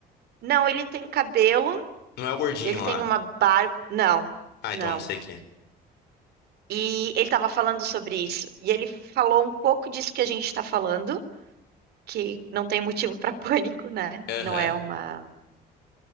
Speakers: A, on the right; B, on the left.
A: Não, ele tem cabelo.
B: Não é o gordinho
A: Ele
B: lá.
A: tem uma barba. Não,
B: Ah,
A: não.
B: então não sei quem é.
A: E ele estava falando sobre isso. E ele falou um pouco disso que a gente está falando, que não tem motivo para <laughs> pânico, né?
B: Aham.
A: Não é uma,